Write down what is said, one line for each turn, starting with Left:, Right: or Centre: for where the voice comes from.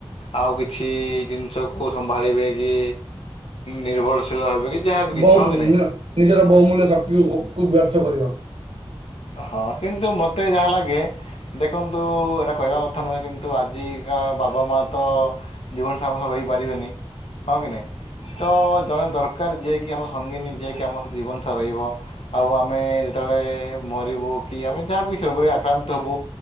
Left: ଆଉ କିଛି ଜିନିଷକୁ ସମ୍ଭାଳିବେ କି ନିର୍ଭରଶୀଳ ହେବେ କି ଯାହାବି କିଛି
Right: ବହୁ
Left: ହଁ
Right: ମୂଲ୍ୟ
Left: କି ନାହିଁ?
Right: ନିଜର ବହୁମୂଲ୍ୟ ଶକ୍ତି କୁ ବ୍ୟର୍ଥ କରିବା।
Left: ହଁ କିନ୍ତୁ ମତେ ଯାହା ଲାଗେ ଦେଖନ୍ତୁ ଏଇଟା କହିବା କଥା ନୁହେଁ କିନ୍ତୁ ଆଜିକା ବାବା ମା ତ ଜୀବନସାରା ତ ରହିପାରିବେନି ହଁ କି ନାହିଁ। ତ ଜଣେ ଦରକାର ଯିଏକି ଆମ ସଙ୍ଗନୀ ଯିଏକି ଆମ ଜୀବନସାର ରହିବ। ଆଉ ଆମେ ଯେତେବେଳେ ମରିବୁ ଯେମିତି ଆମେ ରୋଗରେ ଆକ୍ରାନ୍ତ ହେବୁ